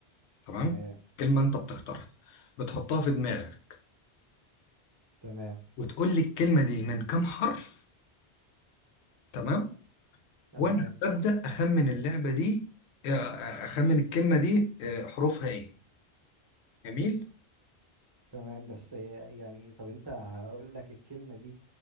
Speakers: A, on the left; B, on the right.
A: تمام
B: تمام
A: كلمة انت بتختارها بتحطها في دماغك
B: تمام
A: وتقول لي الكلمة دي من كام حرف تمام
B: تمام
A: وانا ببدأ اخمن اللعبة دي آه، آه، اخمن الكلمة دي آه، حروفها ايه جميل
B: تمام بس إيه يعني طب انت هقول لك الكلمة دي